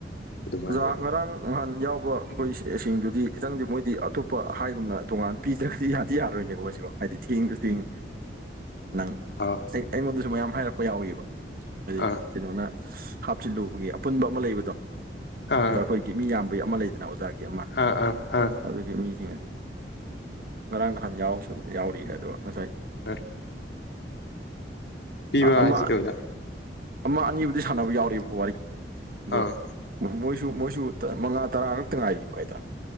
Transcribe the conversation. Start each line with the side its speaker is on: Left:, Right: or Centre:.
Left: ꯑꯗꯨꯃꯥꯏꯅ
Right: ꯑꯣꯖꯥ ꯉꯔꯥꯡ ꯅꯍꯥꯟ ꯌꯥꯎꯕ ꯑꯩꯈꯣꯏ ꯏꯁꯤꯡꯗꯨꯗꯤ ꯈꯤꯇꯪꯗꯤ ꯃꯣꯏꯗꯤ ꯑꯇꯣꯞꯄ ꯍꯥꯏꯒꯨꯝꯅ ꯇꯣꯡꯉꯥꯟ ꯄꯤꯗ꯭ꯔꯒꯗꯤ ꯌꯥꯗꯤ ꯌꯥꯔꯣꯏꯅꯦꯀꯣ ꯁꯤꯕꯣ ꯍꯥꯏꯗꯤ ꯊꯦꯡꯉꯁꯨ ꯊꯦꯡꯉ ꯅꯪ
Left: ꯑꯥ
Right: ꯑꯩꯉꯣꯟꯗꯁꯨ ꯃꯌꯥꯝ ꯍꯥꯏꯔꯛꯄ ꯌꯥꯎꯏꯕ ꯍꯥꯏꯗꯤ꯫
Left: ꯑꯥ
Right: ꯀꯩꯅꯣꯅ ꯍꯥꯞꯆꯤꯜꯂꯨꯕꯒꯤ ꯑꯄꯨꯟꯕ ꯑꯃ ꯂꯩꯕꯗꯣ꯫
Left: ꯑꯥ
Right: ꯑꯣꯖꯥ ꯑꯩꯈꯣꯏꯒꯤ ꯃꯤ ꯌꯥꯝꯕꯩ ꯑꯃ ꯂꯩꯗꯅ ꯑꯣꯖꯥꯒꯤ ꯑꯃ
Left: ꯑꯥ ꯑꯥ ꯑꯥ
Right: ꯑꯗꯨꯒꯤ ꯃꯤꯁꯤꯡꯅ ꯉꯔꯥꯡ ꯅꯍꯥꯟ ꯌꯥꯎꯁꯨ ꯌꯥꯎꯔꯤꯌꯦ ꯑꯗꯣ ꯉꯁꯥꯏ
Left: <unintelligible> ꯄꯤꯕ
Right: ꯑ ꯑꯃꯥ
Left: ꯍꯥꯏꯁꯤ ꯀꯩꯅꯣꯗ
Right: ꯑꯃ ꯑꯅꯤꯕꯨꯗꯤ ꯁꯥꯟꯅꯕ ꯌꯥꯎꯔꯤꯕ ꯋꯥꯔꯤ ꯑꯗꯨꯒ
Left: ꯑꯥ꯫
Right: ꯃꯣꯏꯁꯨ ꯃꯣꯏꯁꯨ ꯃꯉꯥ ꯇꯔꯥ ꯈꯛꯇ ꯉꯥꯏꯔꯤ ꯍꯥꯏꯗꯔꯥ